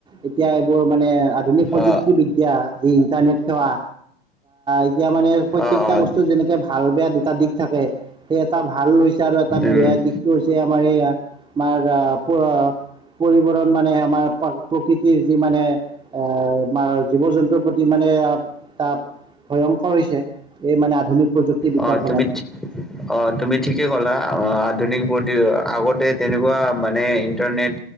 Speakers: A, on the right; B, in the centre.
A: এতিয়া এইবোৰ মানে আধ আধুনিক প্ৰযুক্তিবিদ্যা
B: অ
A: যি ইণ্টাৰনেট সেৱা এতিয়া মানে প্ৰত্যকটা
B: অ অ
A: বস্তু যেনেকে ভাল বেয়া দুটা দিশ থাকে সেই এটা ভাল হৈছে আৰু এটা
B: উম
A: বেয়া দিশ টো হৈছে আমাৰ এই আমাৰ প পৰিবৰন মানে আমাৰ প্ৰকৃতিৰ যি মানে আমাৰ জীৱ জন্তুৰ প্ৰতি মানে এটা ভয়ংকৰ হৈছে এই মানে আধুনিক প্ৰযুক্তিবিদ্যাৰ
B: অ তুমি ঠি
A: <inaudible>
B: অ তুমি ঠিকে ক'লা আধুনিক আগতে তেনেকুৱা মানে ইণ্টাৰনেট